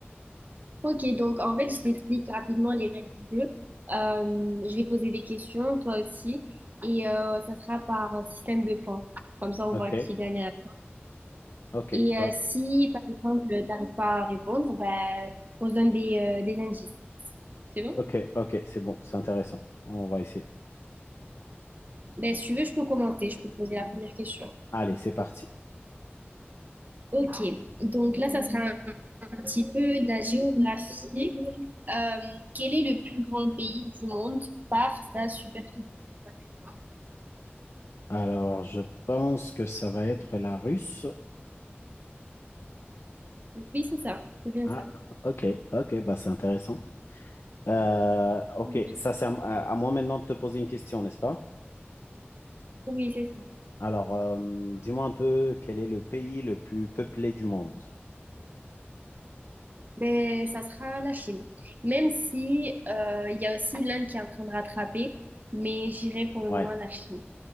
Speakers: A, on the right; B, on the left.
A: Ok, donc en fait, je t'explique rapidement les règles du jeu. Euh, je vais poser des questions, toi aussi, et euh, ça sera par système de points. Comme ça, on
B: Ok,
A: voit qui gagne. à la-
B: ok,
A: Et
B: bah,
A: euh, si, par exemple, t'arrives pas à répondre, ben, on se donne des, euh, des indices. C'est bon?
B: ok, ok, c'est bon, c'est intéressant. On va essayer.
A: Ben, si tu veux, je peux commenter, je peux te poser la première question.
B: Allez, c'est parti.
A: Ok, donc là, ça sera petit peu de la géographie. Euh, quel est le plus grand pays du monde par sa superficie? d'après toi
B: Alors, je pense que ça va être la russe.
A: Oui, c'est ça. C'est bien
B: Ah,
A: ça.
B: ok, ok, bah c'est intéressant. Euh, ok,
A: Oui,
B: ça c'est à, à moi maintenant de te poser une question, n'est-ce pas?
A: oui, c'est ça.
B: Alors, euh, dis-moi un peu quel est le pays le plus peuplé du monde?
A: Mais ça sera la Chine. Même si euh, il y a aussi l'Inde qui est en train de rattraper, mais j'irai pour le
B: Ouais,
A: moment la Chine.